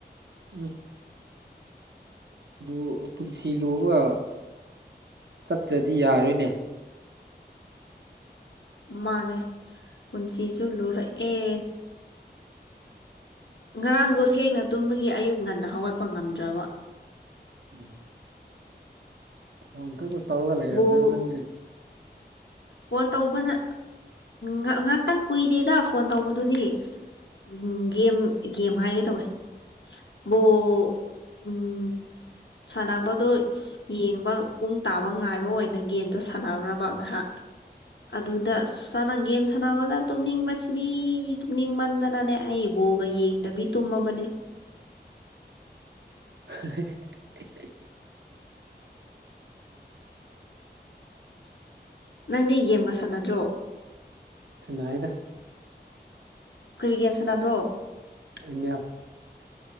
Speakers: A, on the right; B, on the left.
A: ꯎꯝ ꯂꯨ ꯄꯨꯟꯁꯤ ꯂꯨꯕ ꯆꯠꯇ꯭ꯔꯗꯤ ꯌꯥꯔꯣꯏꯅꯦ
B: ꯃꯥꯅꯦ ꯄꯨꯟꯁꯤꯁꯨ ꯂꯨꯔꯛꯑꯦ ꯉꯔꯥꯡꯗꯣ ꯊꯦꯡꯅ ꯇꯨꯝꯕꯒꯤ ꯑꯌꯨꯛ ꯉꯟꯅ ꯍꯧꯒꯠꯄ ꯉꯝꯗ꯭ꯔꯕ
A: ꯎꯝ ꯐꯣꯟ ꯈꯛꯇ ꯇꯧꯔꯒ ꯂꯩꯔꯃꯤꯅ
B: ꯕꯣꯜ
A: ꯅꯪꯒꯤ
B: ꯐꯣꯟ ꯇꯧꯕꯅ ꯉ ꯉꯥꯛꯇꯪ ꯀꯨꯏꯗꯦꯗ ꯐꯣꯟ ꯇꯧꯕꯗꯨꯗꯤ ꯎꯝ ꯒꯦꯝ ꯒꯦꯝ ꯍꯥꯏꯒꯦ ꯇꯧꯋꯦ ꯕꯣꯜ ꯎꯝ ꯁꯟꯅꯕꯗꯣ ꯌꯦꯡꯕ ꯄꯨꯡ ꯇꯥꯕ ꯉꯥꯏꯕ ꯑꯣꯏꯅ ꯒꯦꯝꯗꯣ ꯁꯥꯟꯅꯔꯨꯔꯕ ꯉꯥꯍꯥꯛ ꯑꯗꯨꯗ ꯁꯥꯟꯅ ꯒꯦꯝ ꯁꯥꯟꯅꯕꯗ ꯇꯨꯝꯅꯤꯡꯕꯁꯤꯗꯤ ꯇꯨꯝꯅꯤꯡꯃꯟꯗꯅꯅꯦ ꯑꯩ ꯕꯣꯜꯒ ꯌꯦꯡꯗꯕꯤ ꯇꯨꯝꯃꯕꯅꯦ
A: <inaudible>
B: ꯅꯪꯗꯤ ꯒꯦꯝꯒ ꯁꯥꯟꯅꯗ꯭ꯔꯣ
A: ꯁꯥꯅꯥꯏꯗ
B: ꯀꯔꯤ ꯒꯦꯝ ꯁꯥꯅꯕ꯭ꯔꯣ
A: ꯑꯦꯝ ꯃꯦꯜ